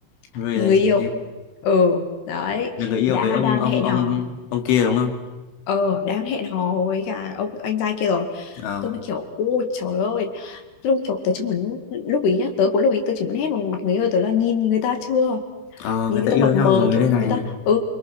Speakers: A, on the left (about 85°); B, on the left (about 65°).
A: relationship
B: người yêu ừ đấy
A: là người yêu
B: đã
A: với ông
B: đang
A: ông
B: hẹn
A: ông
B: hò
A: ông kia đúng không
B: ờ đang hẹn hò với cả ông anh trai kia rồi
A: ờ
B: tôi mới kiểu ôi trời ơi lúc kiểu tớ chỉ muốn lúc ý nhá tớ cũng lúc ý tớ chỉ muốn hét vào mặt người yêu tớ là nhìn người ta chưa
A: ờ
B: nhìn
A: người
B: người
A: ta
B: ta
A: yêu
B: mập
A: nhau
B: mờ
A: rồi
B: kiểu
A: đây này
B: người ta ừ